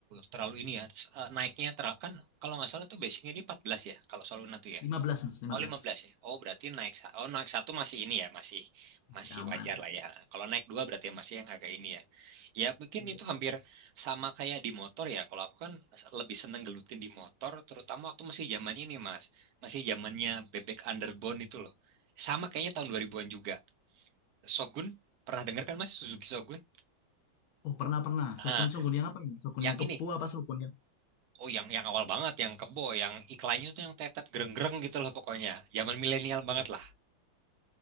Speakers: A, on the right; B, on the left.
A: terlalu ini ya eh, naiknya terlalu kan kalau nggak salah tuh basicnya di 14 ya kalau Soluna tuh ya.
B: lima belas Mas, 15.
A: Oh 15 ya. Oh berarti naik sa- oh naik satu masih ini ya masih
B: Masih
A: masih
B: aman.
A: wajar lah ya. Kalau naik dua berarti masih yang agak ini ya. Ya mungkin
B: Iya.
A: itu hampir sama kayak di motor ya. Kalau aku kan lebih seneng gelutin di motor terutama waktu masih zaman ini Mas. Masih zamannya bebek underbone itu loh. Sama kayaknya tahun 2000-an juga. Shogun pernah dengar kan Mas Suzuki Shogun?
B: Oh, pernah pernah.
A: Ah,
B: Shogun Shogun yang apa ini? Shogun
A: Yang
B: yang kebo
A: ini.
B: apa Shogun yang?
A: Oh, yang yang awal banget, yang kebo, yang iklannya tuh yang tetet gereng-gereng gitu loh pokoknya. Zaman milenial banget
B: Oh.
A: lah.